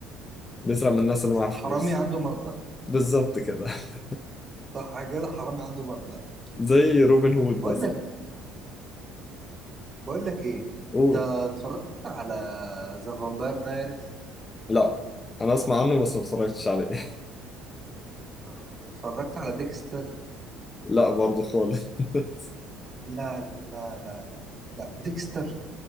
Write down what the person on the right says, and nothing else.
حرامي عنده مبدأ
صح كده حرامي عنده مبدأ
بقول
بقول لك ايه
انت اتفرجت على ذا فامباير دايريز
او اتفرجت على ديكستر
لا لا لا لا لا ديكستر